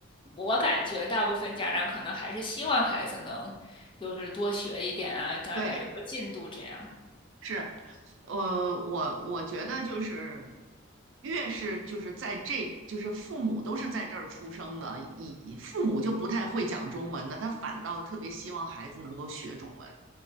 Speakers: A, on the left; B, on the right.
A: 我感觉大部分家长可能还是希望孩子能就是多学一点啊，大概有个进度这样。
B: 对，是。呃，我我觉得就是越是就是在这就是父母都是在这儿出生的，以以父母就不太会讲中文的，他反倒特别希望孩子能够学中文。